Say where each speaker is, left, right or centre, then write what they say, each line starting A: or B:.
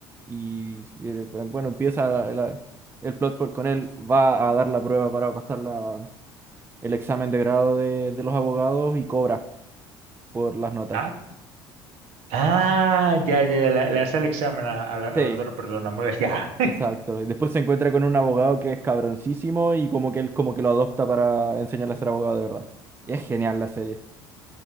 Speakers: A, on the right; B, on the right.
A: y, y, bueno, empieza la- la- el plot por- con él, va a dar la prueba para pasarla el examen de grado de, de los abogados y cobra por las notas.
B: Ah, ah, ya, ya, ya, le, le hace el examen a, a la, a
A: Sí,
B: las otras personas. Muy bien, ya.
A: exacto. Y después se encuentra con un abogado que es cabroncísimo y como que él como que lo adopta para enseñarle a ser abogado de verdad. Y es genial la serie.